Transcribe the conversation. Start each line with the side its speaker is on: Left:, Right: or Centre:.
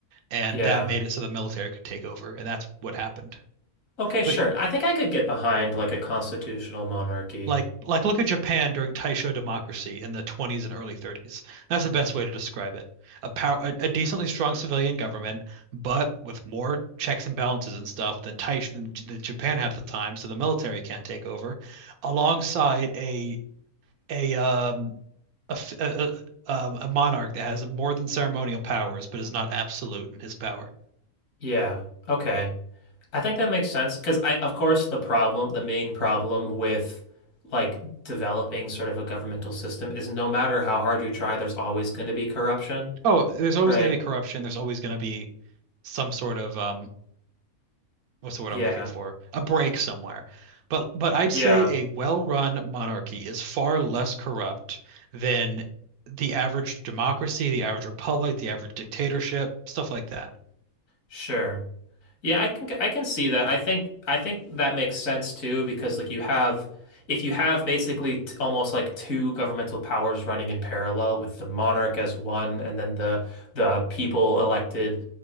Right: and
Left: Yeah.
Right: that made it so the military could take over, and that's what happened.
Left: Okay,
Right: But
Left: sure. I think I could get behind like a constitutional monarchy.
Right: like like look at Japan during Taisho democracy in the 20s and early 30s. That's the best way to describe it. A power a, a decently strong civilian government, but with more checks and balances and stuff than Taisho than, than Japan had at the time, so the military can't take over, alongside a a um A um, a a monarch that has more than ceremonial powers, but is not absolute in his power.
Left: Yeah. Okay. I think that makes sense because I of course the problem, the main problem with like developing sort of a governmental system is no matter how hard you try, there's always going to be corruption.
Right: Oh, there's always
Left: Right.
Right: going to be corruption. There's always going to be some sort of um, what's the word
Left: Yeah.
Right: I'm looking for? A break somewhere. But but I'd
Left: Yeah.
Right: say a well-run monarchy is far less corrupt than the average democracy, the average republic, the average dictatorship, stuff like that.
Left: Sure. Yeah, I can I can see that. I think I think that makes sense too because like you have if you have basically t almost like two governmental powers running in parallel with the monarch as one and then the the people elected